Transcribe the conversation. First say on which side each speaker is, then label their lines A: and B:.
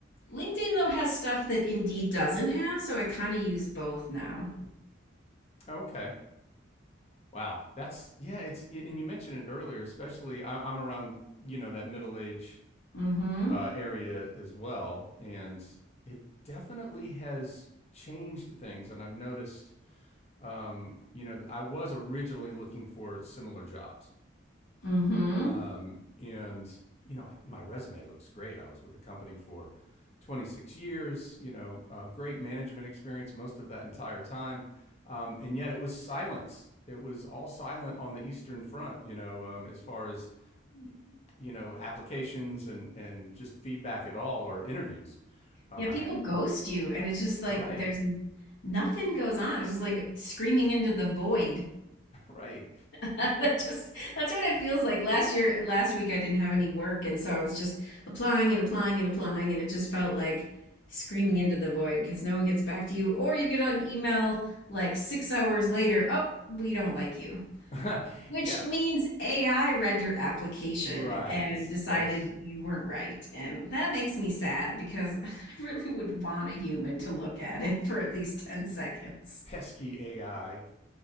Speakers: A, on the left; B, on the left.
A: LinkedIn though has stuff that Indeed doesn't have, so I kind of use both now.
B: Okay. Wow. That's, yeah, it's, and you mentioned it earlier, especially I, I'm around, you know, that middle age
A: Mm-hmm.
B: uh, area as well. And it definitely has changed things. And I've noticed, um, you know, I was originally looking for similar jobs
A: Mm-hmm.
B: Um, and, you know, my resume looks great. I was with the company for 26 years, you know, uh, great management experience most of that entire time. Um, and yet it was silence. It was all silent on the Eastern Front, you know, um, as far as, you know, applications and, and just feedback at all or interviews. Um,
A: Yeah, people
B: I had,
A: ghost you, and it's just like
B: right,
A: there's nothing goes on. It's just like screaming into the void.
B: right.
A: <laughs> that just that's what it feels like. Last year, last week, I didn't have any work, and so I was just applying and applying and applying, and it just felt like screaming into the void because no one gets back to you, or you get an email like six hours later, oh, we don't like you,
B: <laughs>
A: which
B: yeah,
A: means AI read your application
B: right.
A: and decided
B: That's,
A: you weren't right, and that makes me sad because <laughs> I really would want a human to look at it for at least ten seconds.
B: pesky AI.